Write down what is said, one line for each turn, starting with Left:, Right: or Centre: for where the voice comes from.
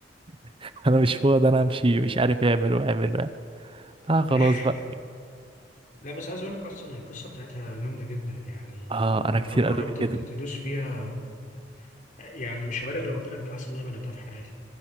Right: <laughs> انا مش فاضي انا امشي مش عارف اعمل واعمل وأعمل. اه خلاص
Left: <laughs>
Right: بقى
Left: لا بس عايز اقول لك اصلا هي القصه بتاعتها جامده جدا يعني
Right: اه انا كتير
Left: أنا لو جربت
Right: قالوا لي كده
Left: ت- تدوس فيها يعني مش هبالغ لو قلت لك ده احسن لعبه لعبتها في حياتي